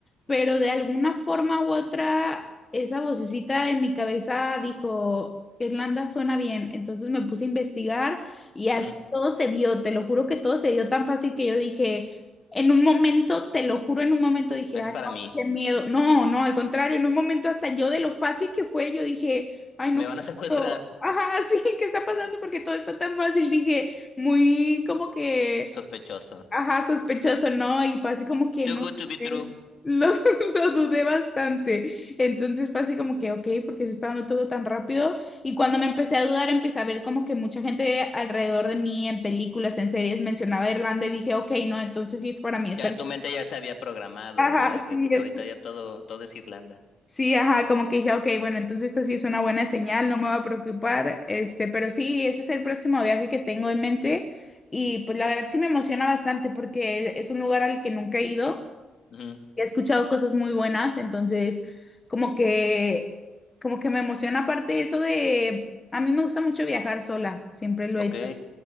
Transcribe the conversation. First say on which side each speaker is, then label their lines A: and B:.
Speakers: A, on the left (about 15°); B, on the left (about 50°).
A: pero de alguna forma u otra, esa vocecita de mi cabeza dijo, Irlanda suena bien. Entonces me puse a investigar y así
B: Ujú.
A: todo se dio, te lo juro que todo se dio tan fácil que yo dije, en un momento, te lo juro, en un momento dije,
B: Es
A: ay,
B: para
A: no,
B: mí.
A: qué miedo. No, no, al contrario, en un momento hasta yo de lo fácil que fue, yo dije, ay, no,
B: Me van
A: qué
B: a secuestrar.
A: miedo. Ajá, <laughs> sí, ¿qué está pasando? Porque todo está tan fácil, dije, muy como que
B: Sospechoso.
A: Ajá, sospechoso, ¿no? Y fue así como que
B: Too
A: no.
B: good to be
A: sé,
B: true.
A: Lo, <laughs> lo dudé bastante. Entonces fue así como que, ok, porque se está dando todo tan rápido. Y cuando me empecé a dudar, empecé a ver como que mucha gente alrededor de mí en películas, en series, mencionaba Irlanda y dije, ok, no, entonces sí es para mí. Esta...
B: Ya tu mente ya se había programado,
A: Ajá,
B: ¿no? De
A: sí,
B: que
A: es-
B: ahorita ya todo, todo es Irlanda.
A: sí, ajá, como que dije, ok, bueno, entonces esta sí es una buena señal, no me va a preocupar. Este, pero sí, ese es el próximo viaje que tengo en mente. Y pues la verdad sí me emociona bastante porque es un lugar al que nunca he ido.
B: Ujú,
A: He escuchado cosas muy buenas, entonces como que, como que me emociona. Aparte eso de, a mí me gusta mucho viajar sola, siempre lo
B: Ok.
A: he hecho.